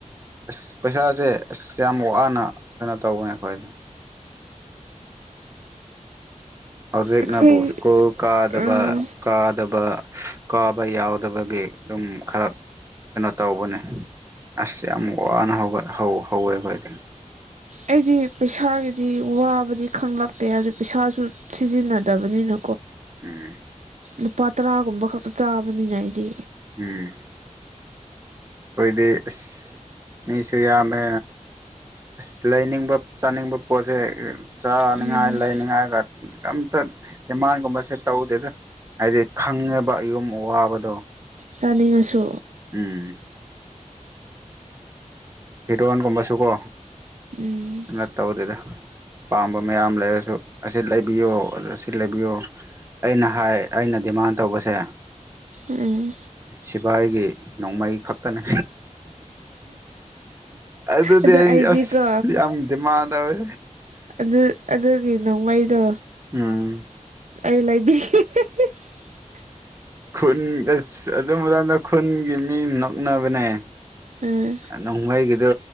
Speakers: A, on the right; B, on the right.
A: ꯑꯁ ꯄꯩꯁꯥꯁꯦ ꯑꯁ ꯌꯥꯝ ꯋꯥꯅ ꯀꯩꯅꯣ ꯇꯧꯕꯅꯦ ꯑꯩꯈꯣꯏꯗꯤ ꯍꯧꯖꯤꯛꯅꯕꯨ
B: ꯑꯩꯈꯣꯏ
A: ꯁ꯭ꯀꯨꯜ ꯀꯥ ꯗꯕ
B: ꯑꯥ
A: ꯀꯥꯗꯕ ꯀꯥꯕ ꯌꯥꯎꯗꯕꯒꯤ ꯑꯗꯨꯝ ꯈꯔ ꯀꯩꯅꯣ ꯇꯧꯕꯅꯦ ꯑꯁ ꯌꯥꯝ ꯋꯥꯅ ꯍꯧꯒꯠ ꯍꯧ ꯍꯧꯋꯦ ꯑꯩꯈꯣꯏꯗꯤ
B: ꯑꯩꯗꯤ ꯄꯩꯁꯥꯒꯤꯗꯤ ꯋꯥꯕꯗꯤ ꯈꯪꯂꯛꯇꯦ ꯍꯥꯏꯕꯗꯤ ꯄꯩꯁꯥꯁꯨ ꯁꯤꯖꯤꯟꯅꯗꯕꯅꯤꯅ
A: ꯑꯝꯝ
B: ꯂꯨꯄꯥ ꯇꯔꯥꯒꯨꯝꯕ ꯈꯛꯇ ꯆꯥꯕꯅꯤꯅ ꯑꯩꯗꯤ
A: ꯎꯝ ꯑꯩꯈꯣꯏꯗꯤ ꯑꯁ ꯃꯤꯁꯨ ꯌꯥꯝꯃꯦ ꯑꯁ ꯂꯩꯅꯤꯡꯕ ꯆꯥꯅꯤꯡꯕ ꯄꯣꯠꯁꯦ ꯆꯥꯅꯤꯡꯉꯥꯏ
B: ꯎꯝ
A: ꯂꯩꯅꯤꯡꯉꯥꯏꯒ ꯑꯝꯇ ꯗꯤꯃꯥꯟꯒꯨꯝꯕꯁꯦ ꯇꯧꯗꯦꯗ ꯍꯥꯏꯗꯤ ꯈꯪꯉꯦꯕ ꯌꯨꯝ ꯑꯋꯥꯕꯗꯣ
B: ꯆꯥꯅꯤꯡꯉꯁꯨ
A: ꯎꯝ ꯐꯤꯗꯣꯟꯒꯨꯝꯕꯥꯁꯨꯀꯣ
B: ꯎꯝ
A: ꯑꯃꯠꯇ ꯎꯗꯦꯗ ꯄꯥꯝꯕ ꯃꯌꯥꯝ ꯂꯩꯔꯁꯨ ꯑꯁꯤ ꯂꯩꯕꯤꯌꯣ ꯑꯗꯨ ꯑꯁꯤ ꯂꯩꯕꯤꯌꯣ ꯑꯩꯅ ꯍꯥꯏ ꯑꯩꯅ ꯗꯤꯃꯥꯟ ꯇꯧꯕꯁꯦ
B: ꯎꯝ
A: ꯁꯤꯐꯥꯏꯒꯤ ꯅꯣꯡꯃꯩ ꯈꯛꯇꯅꯦ ꯑꯗꯨꯗꯤ
B: ꯑꯗꯣ
A: ꯑꯩ
B: ꯑꯩꯗꯤꯀꯣ
A: ꯑꯁ ꯌꯥꯝ ꯗꯤꯃꯥꯟ ꯇꯧꯋꯦ
B: ꯑꯗꯨ ꯑꯗꯨꯒꯤ ꯅꯣꯡꯃꯩꯗꯣ
A: ꯎꯝ
B: ꯑꯩ ꯂꯩꯕꯤ <unintelligible>
A: ꯈꯨꯟ ꯑꯁ ꯑꯗꯨ ꯃꯇꯝꯗ ꯈꯨꯟꯒꯤ ꯃꯤ ꯅꯛꯅꯕꯅꯦ
B: ꯎꯝ
A: ꯅꯣꯡꯃꯩꯒꯤꯗꯣ